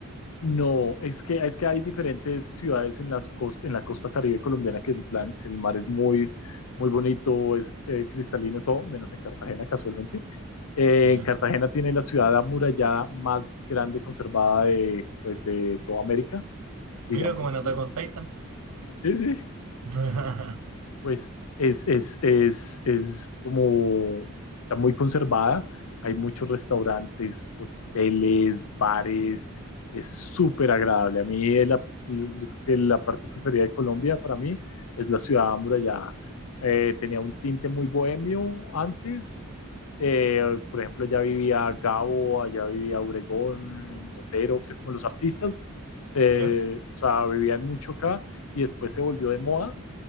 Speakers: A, on the left; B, on the right.
A: No, es que, es que hay diferentes ciudades en las cos- en la costa Caribe colombiana que el plan, el mar es muy, muy bonito, es eh, cristalino todo, menos en Cartagena casualmente. Eh,
B: Ya.
A: Cartagena tiene la ciudad amurallada más grande conservada de, pues, de toda América, digamos
B: Mira como
A: así.
B: en Attack on Titan.
A: Sí, sí.
B: <laughs>
A: pues es, es, es, es como, está muy conservada, hay muchos restaurantes, hoteles, bares, es súper agradable. A mí es la, yo creo que la parte preferida de Colombia para mí es la ciudad amurallada. Eh, tenía un tinte muy bohemio antes. Eh, por ejemplo, allá vivía Gabo, allá vivía Obregón, Botero, o sea, como los artistas, eh,
B: Ya,
A: o sea, vivían mucho acá y después se volvió de moda